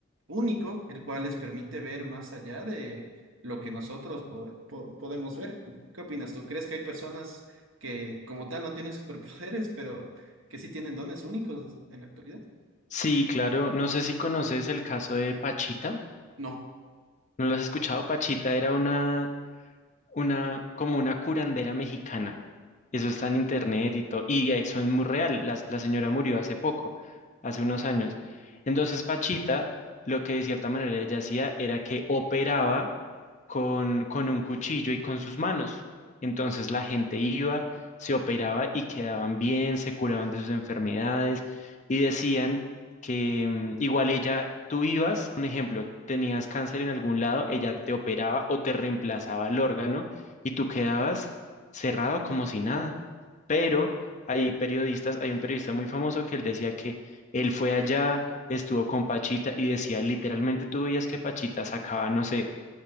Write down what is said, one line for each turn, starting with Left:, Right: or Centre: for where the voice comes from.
Right: único, el cual les permite ver más allá de lo que nosotros po- po- podemos ver. ¿Qué opinas tú? ¿Crees que hay personas que como tal no tienen <laughs> superpoderes, pero que sí tienen dones únicos en la actualidad?
Left: Sí, claro, no sé si conoces el caso de Pachita,
Right: No.
Left: ¿no lo has escuchado? Pachita era una una, como una curandera mexicana. Eso está en internet y todo. Y eso es muy real. La, la señora murió hace poco, hace unos años. Entonces, Pachita, lo que de cierta manera ella hacía era que operaba con, con un cuchillo y con sus manos. Entonces la gente iba, se operaba y quedaban bien, se curaban de sus enfermedades y decían que mm, igual ella, tú ibas, un ejemplo, tenías cáncer en algún lado, ella te operaba o te reemplazaba el órgano y tú quedabas cerrado como si nada. Pero hay periodistas, hay un periodista muy famoso que él decía que él fue allá, estuvo con Pachita y decía, literalmente tú veías que Pachita sacaba, no sé,